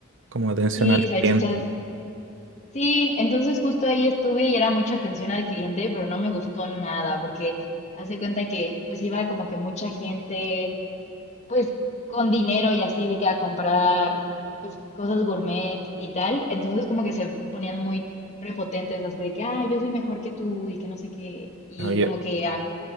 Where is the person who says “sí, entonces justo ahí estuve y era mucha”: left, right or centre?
Left